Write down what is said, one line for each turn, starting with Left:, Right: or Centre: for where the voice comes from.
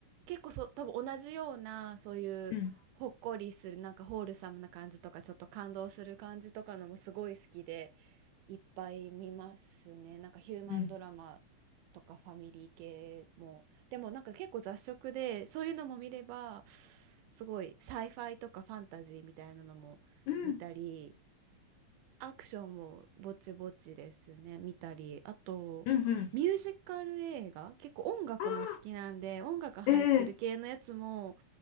Right: 結構そ多分同じようなそういうほっこりするなんかホールサムな感じとかちょっと感動する感じとかのもすごい好きで
Left: うん
Right: いっぱい見ますね。なんかヒューマンドラマ
Left: うん
Right: とかファミリー系も。でもなんか結構雑食で、そういうのも見れば、すごいサイファイとかファンタジーみたいなのも見たり、
Left: うん
Right: アクションもぼちぼちですね、見たり、あと、
Left: うんうん。
Right: ミュージカル映画、結構音楽も好きなんで、
Left: ああ、
Right: 音楽入ってる系のやつも
Left: ええ